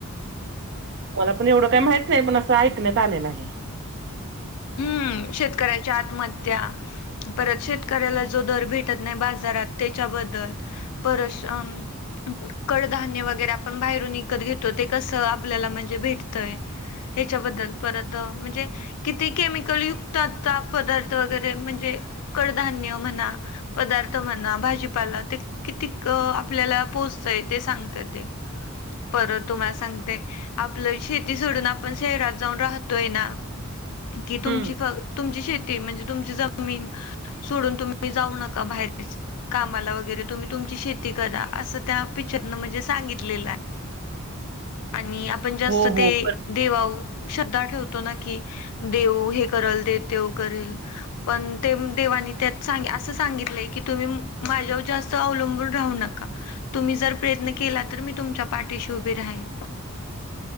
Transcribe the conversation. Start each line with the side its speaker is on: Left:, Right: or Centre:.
Right: मला पण एवढं काही माहित नाही पण असं ऐकण्यात आलेलं आहे.
Left: हम्म शेतकऱ्याच्या आत्महत्या परत शेतकऱ्याला जो दर भेटत नाही बाजारात त्याच्याबद्दल परश अं कडधान्य वगैरे आपण बाहेरून विकत घेतो ते कसं आपल्याला म्हणजे भेटतंय. ह्याच्याबद्दल परत म्हणजे किती केमिकलयुक्तचा पदार्थ वगैरे म्हणजे कडधान्य म्हणा. पदार्थ म्हणा भाजीपाला ते किती आपल्याला पोहोचतय ते सांगत ते परत तुम्हाला सांगते आपलं शेती सोडून आपण शहरात जाऊन राहतोय ना. कि तुमची
Right: हम्म
Left: तुमची शेती म्हणजे तुमची जमीन सोडून तुम्ही जाऊ नका बाहेरच. कामाला वगैरे तुम्ही तुमची शेती करा असं त्या पिक्चरन म्हणजे सांगितलेलं आहे. आणि आपण जास्त
Right: हो हो
Left: ते
Right: बर-
Left: देवाव श्रधा ठेवतो ना कि देऊ हे करल दे तेव करेल. पण ते देवाांनी त्यात असं सांगितलंय की तुम्ही माझ्या जास्त वलंबून रा नका तुम्ही जर प्रयत्न केला तर मी तुमच्या पाठीशी उभे राहीन.